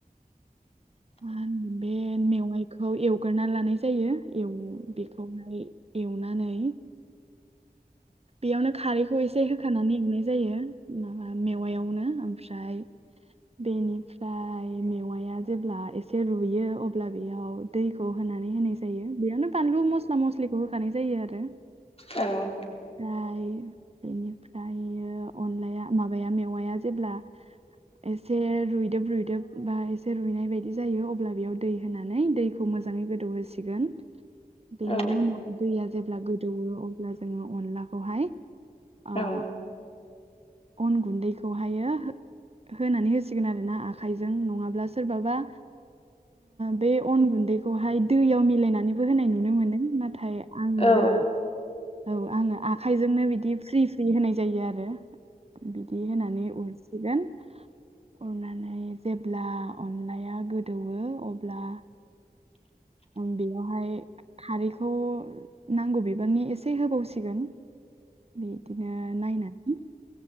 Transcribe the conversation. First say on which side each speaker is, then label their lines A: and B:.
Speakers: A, on the right; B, on the left.
A: <unintelligible> बे मेवाइखौ एवगोरा लानाय जायो बेखौहाय एवनानै बेयावनो खारैखौ एसे होखानानै एवनाय जायो माबा मेवायावनो ओमफ्राय बेनिफ्राय मेवाया जेब्ला एसे रुयो अब्ला बेयाव दैखौ होनानै होनाय जायो बेयावनो बानलु मस्ला मस्लिखौ होखानाय जायो आरो
B: औ
A: ओमफ्राय बेनिफ्रियो अनलाया माबाया मेवाया जेब्ला एसे रुइदोब रुदोब बा एसे रुइनाय बायदि जायो अब्ला बेयाव दै होनानै दै खौ मोजाङै गोदौहोसिगोन बेनि
B: औ
A: उनाव दैया जेब्ला गोदौो अब्ला जोङो अनलाखौहाय
B: औ
A: अन
B: उम औ
A: गुन्दैखौहायो होनानै होसिगोन आरो ना आखाइजों नङाब्ला सोरबाबा बे अन गुन्दैखौहाय दैयाव मिलायनानैबो होनाय नुनो मोनो नाथाय आङो
B: औ
A: औ आङो आखाइजोंनो बिदि फ्रि फ्रि होनाय जायो आरो बिदि होनानै उर अरनानै जेब्ला अनलाया गोदौवो अब्ला बेयावहाय खारैखौ नांगौ बिबांनि एसे होबावसिगोन बिदिनो नायनानै